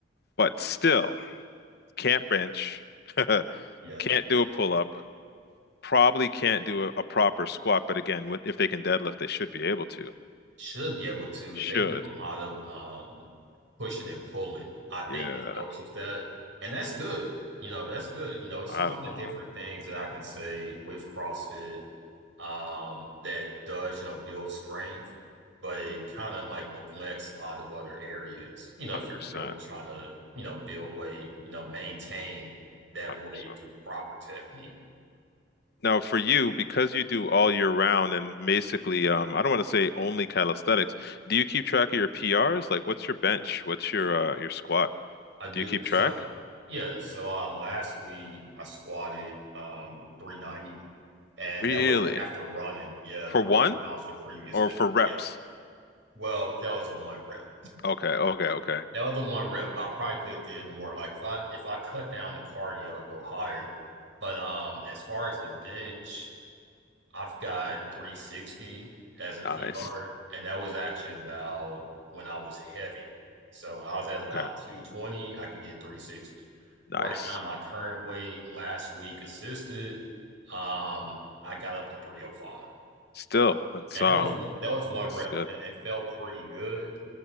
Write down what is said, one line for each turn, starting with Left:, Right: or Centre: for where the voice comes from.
Left: But still, can't bench, <laughs>
Right: yeah.
Left: can't do a pull up, probably can't do a, a proper squat. But again, with, if they can deadlift, they should be able to.
Right: Should be able to, but
Left: Should.
Right: they do a lot of um pushing and pulling. I think
Left: Yeah,
Right: it helps with that. And that's good. You know, that's good. You know, it's
Left: I
Right: a lot
Left: don't know.
Right: of different things that I can say with CrossFit um, that does, you know, build strength, but it
Left: Mm,
Right: kind of like neglects a lot of other areas. You know,
Left: 100%.
Right: if you're really trying to, you know, build weight, you know, maintain that
Left: 100%.
Right: weight through proper technique.
Left: Now, for you, because you do all year round and basically, um, I don't want to say only calisthenics, do you keep track of your PRs? Like, what's your bench? What's your uh, your squat?
Right: I do.
Left: Do you keep
Right: So
Left: track?
Right: yeah, so um last week I squatted um 390 and
Left: Really?
Right: that was after running, yeah,
Left: For
Right: three
Left: one
Right: miles the previous
Left: or
Right: day.
Left: for reps?
Right: Yeah. Well, that was a one rep.
Left: Okay, okay, okay.
Right: That was a one rep. I probably could have did more. Like if I if I cut down the cardio, I go higher. But um as far as the bench, I've got 360 as a
Left: Nice.
Right: PR, and that was actually about when I was heavier. So when I was at
Left: Okay.
Right: about 220, I could get 360.
Left: Nice.
Right: Right now, my current weight last week assisted, um, I got up to 305.
Left: Still, that's
Right: And
Left: um,
Right: that was that was one
Left: that's
Right: rep,
Left: good.
Right: and it felt pretty good.